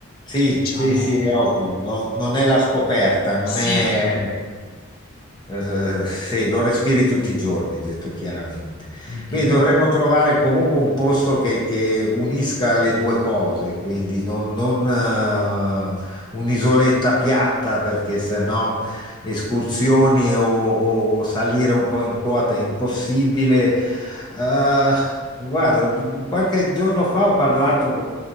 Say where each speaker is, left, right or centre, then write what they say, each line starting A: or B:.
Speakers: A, on the left (about 20°); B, on the left (about 50°).
A: Sì,
B: diciamo
A: sì, sì, è ovvio, no? Non è la scoperta, non
B: sì,
A: è... eh, sì, lo respiri tutti i giorni, detto chiaramente.
B: mm-mm.
A: Quindi dovremmo trovare comunque un posto che, che unisca le due cose, quindi no- non eh, un'isoletta piatta perché sennò escursioni o, o- o salire un po' in quota è impossibile. Eh, guarda, qualche giorno fa ho parlato con